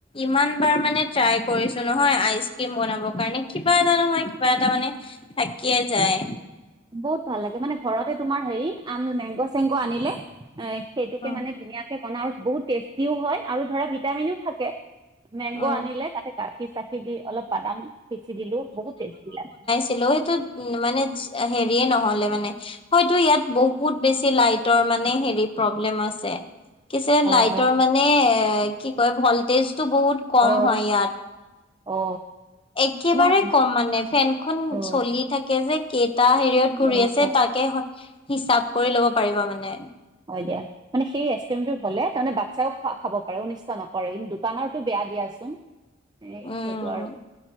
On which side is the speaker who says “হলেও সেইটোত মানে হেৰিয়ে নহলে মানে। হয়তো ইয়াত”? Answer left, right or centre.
Left